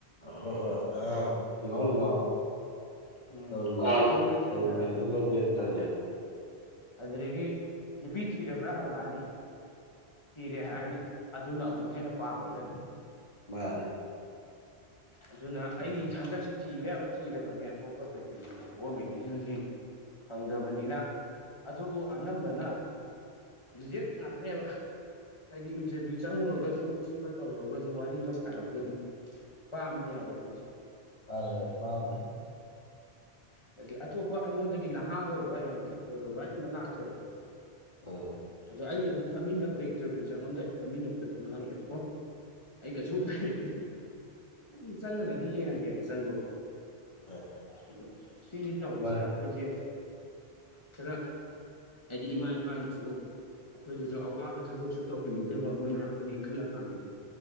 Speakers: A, on the left (about 45°); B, on the left (about 30°).
A: ꯍꯣꯏ ꯍꯣꯏ ꯑꯉꯥꯡ ꯂꯤꯡꯍꯥꯎ ꯂꯤꯡꯉꯥꯎ
B: ꯎꯝ
A: ꯇꯧꯔꯤꯉ
B: ꯑꯩꯉꯣꯟꯗ ꯊꯦꯡꯅꯔꯕꯅꯤ
A: ꯇꯧꯔꯤꯉꯩꯗꯨ ꯂꯧꯒꯦꯅ ꯈꯜꯂꯦꯕ
B: ꯑꯗꯨꯗꯒꯤ ꯅꯨꯄꯤ ꯊꯤꯔꯕ꯭ꯔꯥ ꯍꯪꯉꯛꯑꯅꯤ ꯀꯤꯔꯦ ꯍꯥꯏꯔꯅꯤ ꯑꯗꯨꯅ ꯑꯃꯨꯛ ꯍꯦꯟꯅ ꯄꯥꯝꯃꯔꯣꯏꯛ
A: ꯃꯥ ꯑꯗꯨ <unintelligible>
B: ꯑꯗꯨꯅ ꯑꯩ ꯍꯟꯗꯛꯁꯤ ꯊꯤꯕ ꯌꯥꯕ ꯊꯤꯔꯕꯅꯦ ꯑꯇꯣꯞꯄ ꯀꯩꯀꯩꯣ ꯒꯣꯔꯃꯦꯟꯒꯤꯗꯨꯗꯤ ꯐꯪꯗꯕꯅꯤꯅ ꯑꯗꯨꯕꯨ ꯑꯅꯝꯕꯅ ꯍꯧꯖꯤꯛ ꯉ ꯇꯅꯕ ꯍꯥꯏꯗꯤ ꯏꯟꯇꯔꯚꯤꯌꯨ ꯆꯪꯉꯨꯔꯒꯁꯨ ꯁꯤꯃ ꯇꯧꯔꯨꯔꯒꯁꯨ ꯋꯥꯔꯤ ꯑꯃ ꯁꯥꯟꯅꯕꯗ ꯑꯗꯨꯝ ꯄꯝꯖꯦ ꯍꯥꯏꯕꯄꯣꯏꯁꯦ
A: ꯄꯔ ꯄꯥꯝ
B: ꯍꯥꯏꯗꯤ ꯑꯇꯣꯞꯄ ꯑꯩꯉꯣꯟꯗꯒꯤ ꯅꯍꯥ ꯑꯣꯏꯕ ꯌꯥꯝ ꯐꯤꯠ ꯑꯣꯏꯕ ꯚꯔꯤ ꯑꯃ ꯂꯥꯛꯈ꯭ꯔꯦꯕ
A: ꯑꯣ
B: ꯑꯗꯣ ꯑꯩ ꯑꯗꯨꯝ ꯐꯝꯃꯤꯟꯅꯕꯗ ꯏꯟꯇꯔꯚꯤꯌꯨ ꯆꯪꯉꯝꯗꯥꯏ ꯐꯝꯃꯤꯟꯅꯗ ꯑꯗꯨꯝ ꯈꯪꯉꯦꯕ ꯑꯣ ꯑꯩ ꯀꯩꯁꯨ ꯐꯥꯏꯔꯇꯦꯅ ꯑꯗꯨ ꯆꯪꯉꯒꯗꯤ ꯌꯦꯡꯉꯒꯦꯅ ꯆꯪꯕꯀꯣ
A: <unintelligible>
B: ꯑꯗꯣ ꯁꯤꯅꯤ ꯇꯧꯔꯤꯁꯦ
A: ꯍꯣꯏ
B: ꯑꯩꯈꯣꯏꯁꯦ ꯈꯔ ꯍꯥꯏꯗꯤ ꯏꯃꯥ ꯏꯄꯥꯅꯁꯨ ꯑꯩꯈꯣꯏꯗꯁꯨ ꯑꯋꯥꯕ ꯊꯕꯛꯁꯨ ꯇꯧꯍꯟꯅꯤꯡꯗꯕ ꯃꯣꯏꯅ ꯑꯩꯈꯣꯏꯅ ꯏꯟꯈꯠꯂ ꯀꯥꯟꯗꯨꯗ